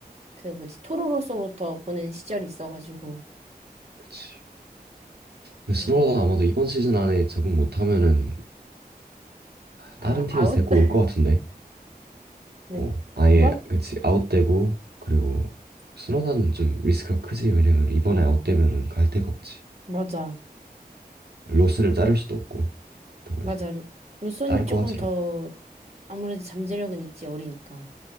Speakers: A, on the right; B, on the right.
A: 그 뭐지 토로로서부터 보낸 시절이 있어가지고.
B: 그치. 근데
A: 음.
B: 스노라도 아마도 이번 시즌 안에 적응 못하면은
A: 아
B: 다른 팀에서
A: 아웃?
B: 데리고
A: <laughs>
B: 올 것 같은데.
A: 근데
B: 어, 아예
A: 누가
B: 그치 아웃되고 그리고 수노다는 좀 리스크가 크지 왜냐면 이번에
A: 어
B: 아웃되면은 갈 데가 없지
A: 맞아
B: 로스를 자를 수도 없고 그렇다고
A: 맞아
B: 해서
A: 루- 루손이
B: 자를
A: 조금
B: 것 같질
A: 더
B: 않고
A: 아무래도 잠재력은 있지 어리니까.